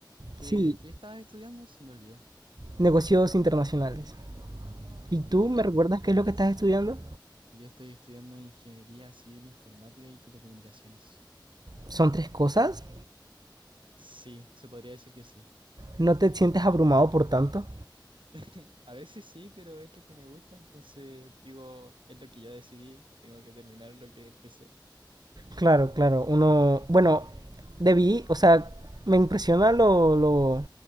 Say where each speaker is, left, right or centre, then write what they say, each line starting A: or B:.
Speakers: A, on the right; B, on the right.
A: ¿Qué,
B: Sí,
A: qué estabas estudiando? Se me olvidó.
B: negocios internacionales. ¿Y tú
A: Genial.
B: me recuerdas qué es lo que estás estudiando?
A: Yo estoy estudiando Ingeniería Civil Informática y Telecomunicaciones.
B: ¿Son tres cosas?
A: Sí, se podría decir que sí.
B: ¿No te sientes abrumado por tanto?
A: <laughs> A veces sí, pero es lo que me gusta, entonces digo, es lo que ya decidí, tengo que terminar lo que empecé.
B: Claro, claro, uno... Bueno, debí, o sea, me impresiona lo, lo